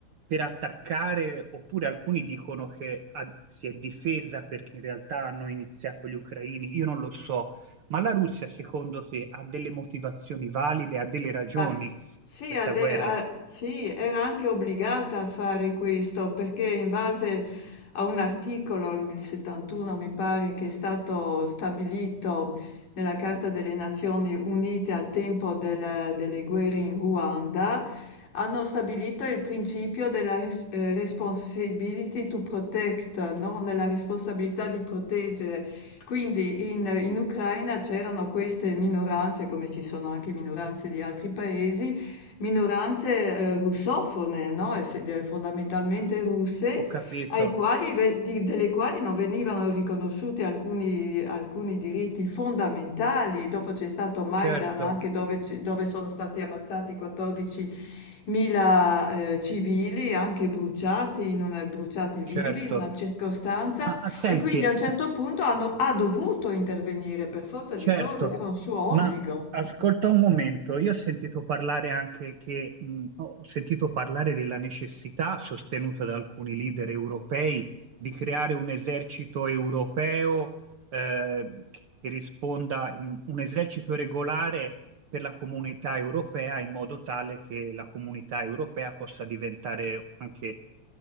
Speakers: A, on the right; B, on the left.
A: per attaccare, oppure alcuni dicono che ha- si è difesa perché in realtà hanno iniziato gli ucraini. Io non lo so. Ma la Russia, secondo te, ha delle motivazioni valide, ha delle ragioni
B: Ma sì,
A: questa
B: ha delle-
A: guerra?
B: ha- sì, era anche obbligata a fare questo perché in base a un articolo, il 71 mi pare, che è stato stabilito nella Carta delle Nazioni Unite al tempo della- delle guerre in Ruanda, hanno stabilito il principio della res- eh, responsibility to protect, no? Nella responsabilità di proteggere. Quindi in in Ucraina c'erano queste minoranze, come ci sono anche minoranze di altri paesi, minoranze, ehm, russofone, no, esse de fondamentalmente russe,
A: Ho capito,
B: ai quali ve di delle quali non venivano riconosciuti alcuni alcuni diritti fondamentali. Dopo c'è stato Maidan
A: certo,
B: anche dove c dove sono stati ammazzati 14.000, ehm, civili, anche bruciati in una bruciati vivi
A: certo.
B: in una circostanza
A: Ma ah, senti,
B: e quindi a un certo punto hanno- ha dovuto intervenire per forza
A: Certo,
B: di cose, era un suo obbligo.
A: ma ascolta un momento, io ho sentito parlare anche che, mh, ho sentito parlare della necessità, sostenuta da alcuni leader europei, di creare un esercito europeo, eh, che risponda, in- un esercito regolare per la comunità europea in modo tale che la comunità europea possa diventare anche